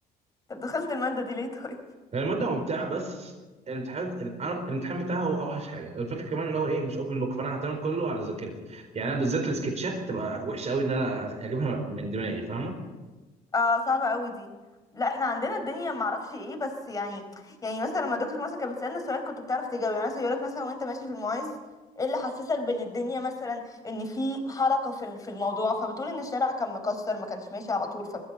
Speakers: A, on the left; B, on the right.
A: طب دخلت الماده دي ليه طيب
B: يعني الماده ممتعه بس الامتحان الامتحان بتاعها هو اوحش حاجه والفكره كمان ان هو ايه مش اوبن بوك فانا هعتمد كله على ذاكرتي يعني انا بالذات السكتشات تبقى وحشه قوي ان انا اجيبها من دماغي فاهمه
A: اه صعبة قوي دي لا احنا عندنا الدنيا معرفش ايه بس يعني يعني مثلا لما دكتور مثلا كانت بتسألنا سؤال كنت بتعرف تجاوب يعني مثلا يقولك مثلا وانت ماشي في المعز ايه اللي حسسك بان الدنيا مثلا ان في حركة في ال- في الموضوع فبتقول ان الشارع كان مكسر ما كانش ماشي على طول ف...